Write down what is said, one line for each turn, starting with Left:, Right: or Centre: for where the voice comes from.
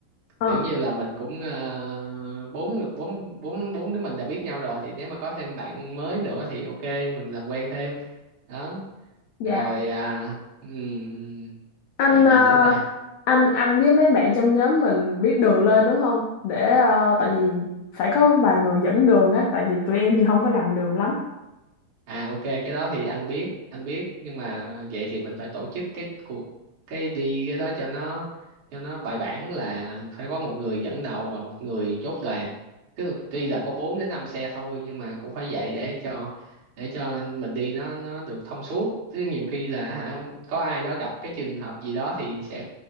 Left: ờ
Right: kiểu như là mình cũng ờ, bốn bốn bốn bốn đứa mình đã biết nhau rồi thì nếu mà có thêm bạn mới nữa thì ok mình làm quen thêm đó
Left: dạ
Right: rồi à, ừm,
Left: anh
Right: rồi gì
Left: ờ,
Right: nữa ta
Left: anh anh với mấy bạn trong nhóm mình biết đường lên đúng không để ờ, tại vì phải có vài người dẫn đường á tại vì tụi em thì không có rành đường lắm
Right: À ok cái đó thì anh biết anh biết nhưng mà vậy thì mình phải tổ chức cái cuộc cái đi cái đó cho nó cho nó bài bản là phải có một người dẫn đầu và một người chốt đoàn tức là tuy là có 4 đến 5 xe thôi nhưng mà cũng phải vậy để cho để cho mình đi nó nó được thông suốt chứ nhiều khi là hả có ai đó gặp cái trường hợp gì đó thì sẽ